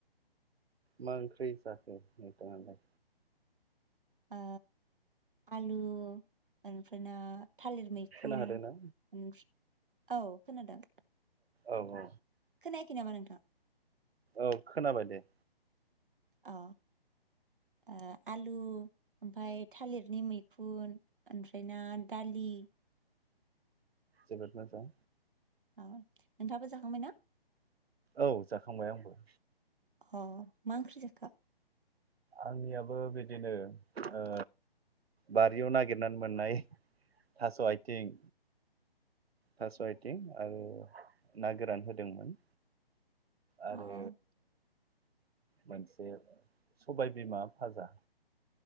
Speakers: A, on the right (about 85°); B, on the right (about 60°).
A: मा ओंख्रि जाखो नोंथाङालाय
B: ओ आलु ओमफ्राय ना थालिर मैखुन
A: खोना हादोंना?
B: ओं औ खोनादों
A: औ औ
B: खोनायाखै नामा नोंथां
A: औ खोनाबाय दे
B: अ ओ आलु ओमफ्राय थालिरनि मैखुन ओमफ्राय ना दालि
A: जोबोद मोजां
B: औ नोंथांङाबो जाखांबाय ना
A: औ जाखांबाय आंबो
B: अ मा ओख्रि जाखो
A: आंनियाबो बिदिनो ओ बारियाव नागिरनानै मोननाय थास' आइथिं थास' आइथिं आरो ना गोरान होदोंमोन आरो
B: अ
A: मोनसे सबाय बिमा फाजा